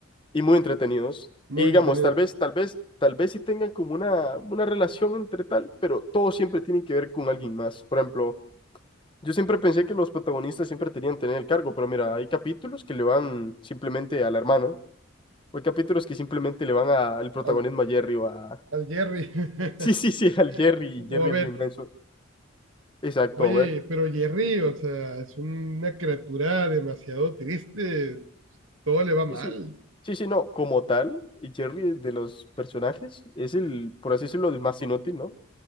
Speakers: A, on the left; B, on the right.
A: Y muy entretenidos.
B: Muy
A: Y digamos,
B: entretenido.
A: tal vez, tal vez, tal vez sí tengan como una, una relación entre tal, pero todos siempre tienen que ver con alguien más. Por ejemplo, yo siempre pensé que los protagonistas siempre tenían que tener el cargo, pero mira, hay capítulos que le van simplemente a la hermana, o hay capítulos que simplemente le van a al protagonismo
B: Al,
A: a Jerry o a... <laughs>
B: al Jerry <laughs>
A: Sí, sí, sí, al Jerry, y Jerry
B: o a Beth.
A: es bien menso. Exacto,
B: Oye, pero Jerry, o sea, es una criatura demasiado triste. Todo le va mal.
A: Sí, sí. Sí, sí, no, como tal, y Jerry de los personajes es el, por así decirlo, el más inútil, ¿no?